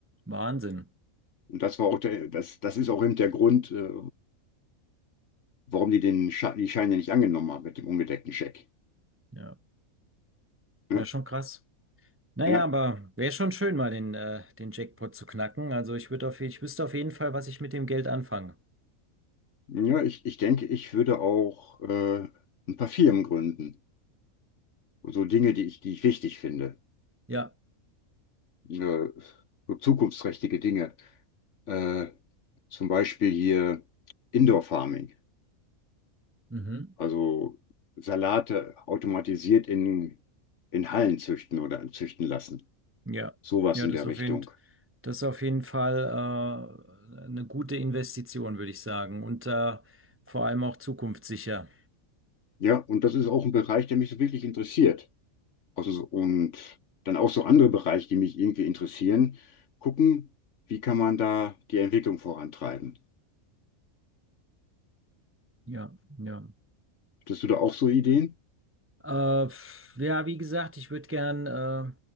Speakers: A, on the right (about 20°); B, on the left (about 60°).
A: Wahnsinn.
B: Und das war auch der, das, das ist auch eben der Grund, äh, warum die den Sche die Scheine nicht angenommen haben mit dem ungedeckten Scheck.
A: Ja,
B: Ja,
A: ja, schon krass. Naja,
B: ja,
A: aber wäre schon schön, mal den, äh, den Jackpot zu knacken. Also ich würde auf, je- ich wüsste auf jeden Fall, was ich mit dem Geld anfange.
B: ja ich, ich denke, ich würde auch äh, ein paar Firmen gründen. So Dinge, die ich, die ich wichtig finde.
A: Ja.
B: Äh, so zukunftsträchtige Dinge. Äh, zum Beispiel hier Indoor Farming.
A: Mhm.
B: Also Salate automatisiert in, in Hallen züchten oder züchten lassen.
A: Ja.
B: Sowas
A: Ja,
B: in
A: das
B: der
A: ist auf
B: Richtung.
A: jeden, das ist auf jeden Fall, äh, eine gute Investition, würde ich sagen. Und äh, vor allem auch zukunftssicher.
B: Ja, und das ist auch ein Bereich, der mich so wirklich interessiert. Also, so- und dann auch so andere Bereiche, die mich irgendwie interessieren, gucken, wie kann man da die Entwicklung vorantreiben.
A: Ja, ja.
B: Hattest du da auch so Ideen?
A: Äh, pf, ja, wie gesagt, ich würde gern äh,